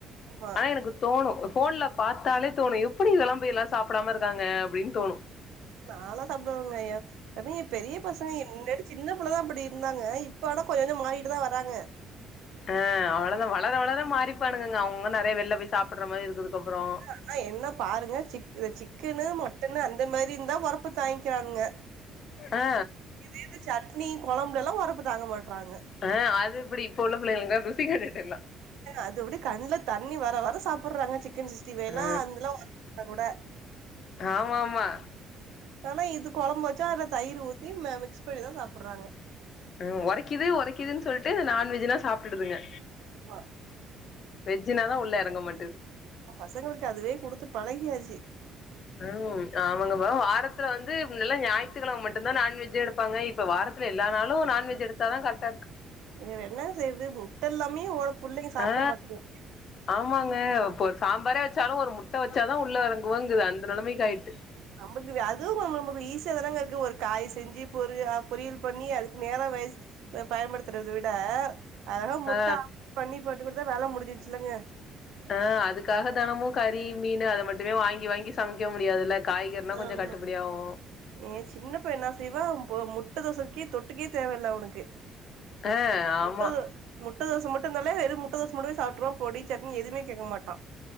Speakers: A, on the right; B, on the left.
A: ஆமா
B: ஆனா எனக்கு தோணு ஃபோன்ல பாத்தாலே தோணு எப்புடி இதெல்லா போய் எல்லா சாப்டாம இருக்காங்க அப்டின் தோணு
A: நால்லா சாப்டுவங்கயா அது எ பெரிய பசங்க என்னது சின்ன புள்ளதா அப்புடி இருந்தாங்க இப்போ ஆனா கொஞ்ச கொஞ்சோ மாரிட்டு தா வராங்க
B: ஆ அவ்வள தா வளர வளர மாறிப்பானுங்கங்க அவுங்க நெறைய வெள்ல போய் சாப்பட்ற மாரி இருக்கற்துக்கப்பறோ
A: ஆனா என்ன பாருங்க சிக்கு அ சிக்கனு மட்டனு அந்த மாரிந்தா ஒரப்பு தாங்க்கிறானுங்க <unintelligible>
B: ஆ
A: இதே இந்த சட்னி கொழம்ப்லெல்லா ஒரப்பு தாங்க மாட்றாங்க
B: ஆ அது எப்டி இப்ப உள்ள பிள்ளைகளுங்க ருசி கண்டுட்டெல்லா
A: அது அப்டி கண்ல தண்ணி வர வர சாப்பட்றாங்க சிக்கன் சிக்ஸ் டி ஃபைல்லா
B: ஆ
A: அந்தெல்லா ஒரப் இர்ந்தா கூட
B: ஆமா ஆமா
A: ஆனா இது கொழம்ப் வச்சா அதுல தயிர் ஊத்தி மே மிக்ஸ் பண்ணிதா சாப்புட்றாங்க
B: ஆ உரைக்குது உரைக்குதுன் சொல்ட்டு நான்வெஜ்ன்னா சாப்ட்டுடுதுங்க
A: ஓ
B: வெஜ்ஜுனாதா உள்ள எறங்க மாட்டுது
A: பசங்களுக்கு அதுவே குடுத்து பழகியாச்சி
B: வாங்வோ அவுங்கப்பா வாரத்துல வந்து நல்ல ஞாய்த்துக்கெழம மட்டுந்தா நான்வெஜ்ஜே எடுப்பாங்க இப்ப வாரத்து ல எல்லா நாளு நான்வெஜ் எடுத்தா தா கரட்டார்க்கு
A: வேற என்ன செய்றது முட்டல்லாமே ஓர புள்ளைங்க சாப்ட
B: ஆ
A: மாட்டுது
B: ஆமாங்க இப்ப ஒரு சாம்பாரே வெச்சாலு ஒரு முட்ட வெச்சாதா உள்ள எறங்குவங்குது அந்த நெலைமைக்கு ஆய்ட்டு
A: நமக்கு வே அது ரொம்ப ரொம்பவே ஈஸியா தானாங்க இருக்கு ஒரு காயி செஞ்சு பொரி ஆ பொரியல் பண்ணி அதுக்கு நேரோ வேஸ் த பயன்படுத்துறத விட அழகா முட்ட
B: ஆ
A: ஆம்லெட் பண்ணி போட்டு குடுத்தா வேல முடிஞ்சிருச்சில்லங்க
B: ஆ அதுக்காக தெனமு கறி, மீனு அத மட்டுமே வாங்கி வாங்கி சமைக்க முடியாதுல்ல காய்கறினா கொஞ்சோ
A: ஆமா
B: கட்டுப்படியாவு
A: ஏ சின்னப்பைய என்னா செய்வா போ முட் ட தோசைக்கி தொட்டுக்கே தேவயில்ல அவனுக்கு
B: ஆ ஆமா
A: முட்ட தோ முட்ட தோச மட்டு இர்ந்தாலே வெறு முட்ட தோச மட்டுமே சாப்ட்ருவா பொடி, சட்னி எதுமே கேக்க மாட்டா